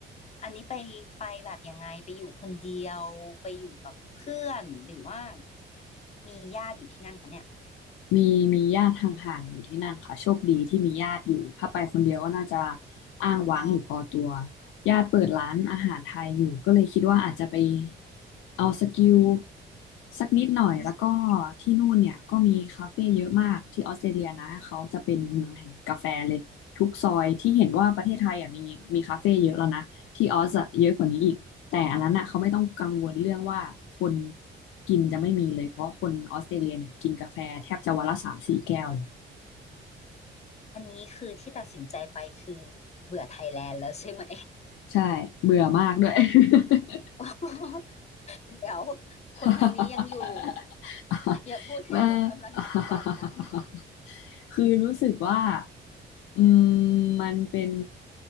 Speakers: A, on the left (about 35°); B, on the left (about 85°).
A: อันนี้ไปไปแบบยังไงไปอยู่คนเดียวไปอยู่กับเพื่อนหรือว่ามีญาติอยู่ที่นั่นคะเนี่ย
B: มีมีญาติห่างๆอยู่ที่นั่นค่ะโชคดีที่มีญาติอยู่ถ้าไปคนเดียวก็น่าจะอ้างว้างอยู่พอตัว
A: อ๋อ
B: ญาติเปิดร้านอาหารไทยอยู่ก็เลยคิดว่าอาจจะไปเอาสกิลสักนิดหน่อยแล้วก็
A: อื
B: ที่นู่นเนี่ยก็มีคาเฟ่เยอะมากที่ออสเตรเลียนะเขาจะเป็นเมืองแห่งกาแฟเลยทุกซอยที่เห็นว่าประเทศไทยอ่ะมีมีคาเฟ่เยอะแล้วนะ
A: ม
B: ที่ออสอะเยอะกว่านี้อีก แต่อันนั้นอะเขาไม่ต้องกังวลเรื่องว่าคนกินจะไม่มีเลยเพราะคนออสเตรเลียเนี่ยกินกาแฟแทบจะวันละสามสี่แก้วเลย
A: อันนี้คือที่ตัดสินใจไปคือเบื่อไทยแลนด์แล้วใช่ไหม
B: ใช่เบื่อมากด้วย <laughs>
A: <laughs> เดี๋ยว
B: <laughs>
A: คนทางนี้ยังอยู่อย่าพูดให้หมดกำลังใจแบบนั้น
B: ว่า <laughs> คือรู้สึกว่าอืมมันเป็น